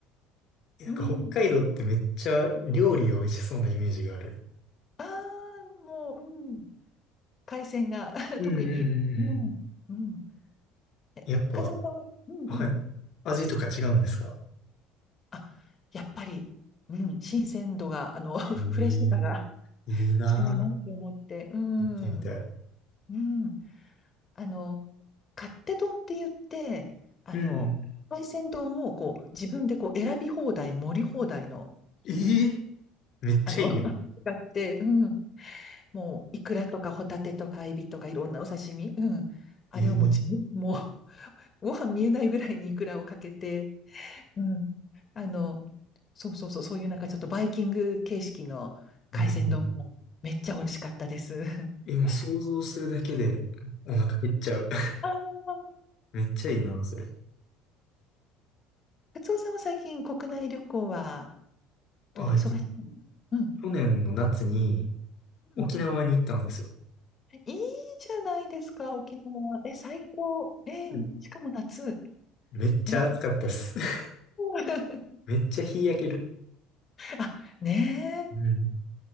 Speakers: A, on the left; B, on the left.
A: え、なんか北海道ってめっちゃ料理が美味しそうなイメージがある。
B: <laughs> うん。ああ、もう、うん。海鮮が <laughs>
A: うんうんうんうん。
B: 特に。うん、うん。え、
A: やっぱ、
B: カツオさんは、うんうん。
A: はい。味とか違うんですか
B: あ、やっぱり、うん、新鮮度が、あの、<laughs> フレッシュさが
A: へえい
B: <laughs>
A: いな
B: 違うなって思って、うん、
A: ぁ。行ってみたい。
B: うん。あの、勝手丼って言って、あの、
A: うん。
B: 海鮮丼をこう、自分でこう、選び放題、盛り放題の、
A: えーめっちゃいいやん。
B: あの、<laughs> があって、うん。もう、イクラとかホタテとかエビとかいろんなお刺身、うん。あれをもう自分、
A: えー、
B: もう、ご飯見えないぐらいにイクラをかけて、うん。あの、そうそうそう、そういうなんかちょっとバイキング形式の海鮮丼もめっちゃ美味しかったです。
A: うん。
B: <laughs>
A: え、もう想像するだけでお腹減っちゃう。<laughs>
B: あー
A: めっちゃいいな、それ。
B: カツオさんは最近国内旅行は
A: あ、
B: どんな、忙しいのうん。
A: えっと、去年の夏に
B: うん。
A: 沖縄に行ったんですよ。
B: いいじゃないですか、沖縄。え、最高。えーしかも夏。
A: えめっちゃ暑かったっす。
B: えー
A: <laughs>
B: <laughs>
A: めっちゃ日焼ける。
B: あ、ねえ。
A: うん。